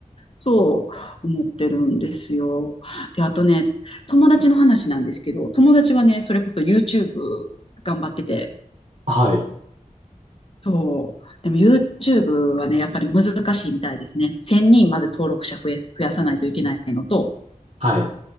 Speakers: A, on the left (about 45°); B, on the right (about 55°).
A: そう思ってるんですよ。で、あとね、友達の話なんですけど、友達はね、それこそ YouTube 頑張ってて、
B: はい。
A: そう。でも YouTube はね、やっぱり難しいみたいですね。1000人まず登録者増え、増やさないといけないのと、
B: はい。